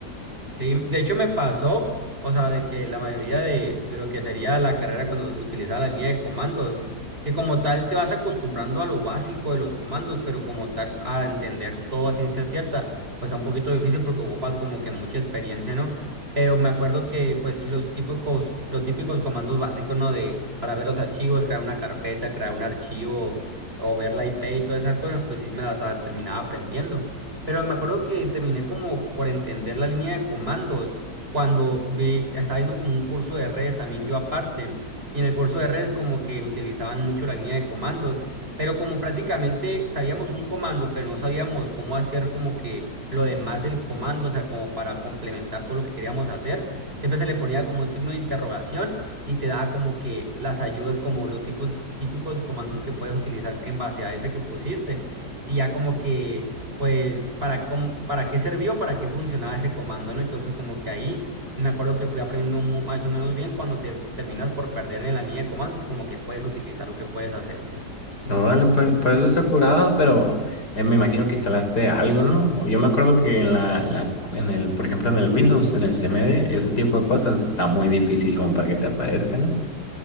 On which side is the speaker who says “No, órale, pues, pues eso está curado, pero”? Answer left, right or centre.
Left